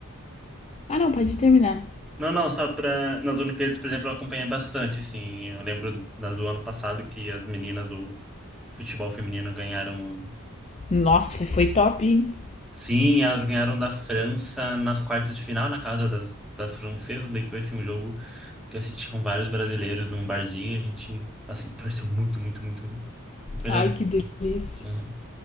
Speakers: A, on the left; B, in the centre.
A: Ah, não, pode terminar.
B: Não, não, só para nas Olimpíadas, por exemplo, eu acompanhei bastante assim. Eu lembro da- do ano passado que as meninas do futebol feminino ganharam
A: Nossa, foi top, hein?
B: Sim, elas ganharam da França nas quartas de final, na casa das, das francesas. Daí foi assim, um jogo que eu assisti com vários brasileiros num barzinho e a gente, assim, torceu muito, muito, muito, muito. E foi
A: Ai,
B: legal.
A: que delícia.
B: Uhum.